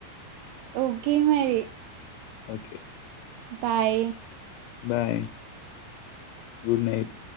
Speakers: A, on the right; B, on the left.
A: ఒకే మరి.
B: Okay
A: bye
B: bye good night.